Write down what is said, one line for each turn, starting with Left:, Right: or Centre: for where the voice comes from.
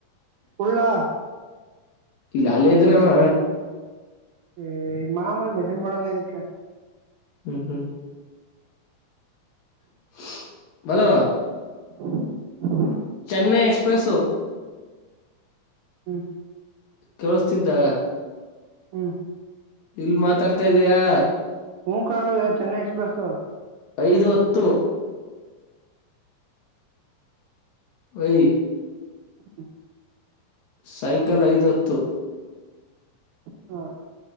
Right: ಹುಳ್ಳಾ
Left: ಇಗ ಅಲ್ಲೇ ಇದ್ದಿನಮ್ಮ
Right: ಹೆ ಮಾಮೂಲಿ ಮೆಸೇಜ್ ಮಾಡೋಣ ಇದಕ್ಕೆ.
Left: ಹ್ಮು ಹ್ಮ್. <unintelligible> ಹಲೋ
Right: <inaudible>
Left: ಚೆನ್ನೈ ಎಕ್ಸ್ಪ್ರೆಸ್
Right: ಹ್ಮ್.
Left: ಕೇಳುಸ್ತಿದ್ದಾ
Right: ಹ್ಮ್.
Left: ಇಲ್ ಮಾತಾಡ್ತಾ ಇದೆಯಾ
Right: ಹ್ಞು <unintelligible> ಚೆನ್ನೈ ಎಕ್ಸ್ಪ್ರೆಸು
Left: ಐದು ಹತ್ತು. ಓಯ್
Right: <inaudible>
Left: ಸಾಯಂಕಾಲ ಐದುಹತ್ತು.
Right: ಹಾ.